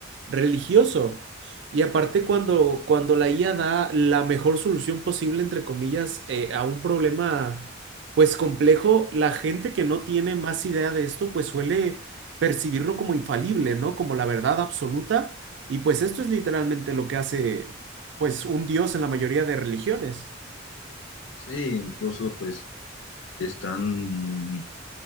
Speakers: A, on the right (about 60°); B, on the left (about 70°).
A: religioso. Y aparte cuando, cuando la IA da la mejor solución posible, entre comillas, eh, a un problema pues complejo, la gente que no tiene más idea de esto, pues suele percibirlo como infalible, ¿no? Como la verdad absoluta. Y pues esto es literalmente lo que hace, pues, un dios en la mayoría de religiones.
B: sí, incluso pues están,